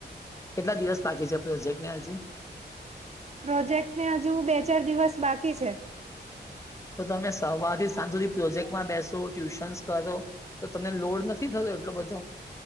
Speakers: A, on the left; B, on the right.
A: કેટલા દિવસ બાકી છે પ્રોજેક્ટ ને હજી?
B: પ્રોજેક્ટને હજુ બે ચાર દિવસ બાકી છે.
A: તો તમે સવારથી સાંજ સુધથી પ્રોજેક્ટમાં બેસો, ટ્યુશન્સ કરો તો તમને લોડ નથી થતો એટલો બધો.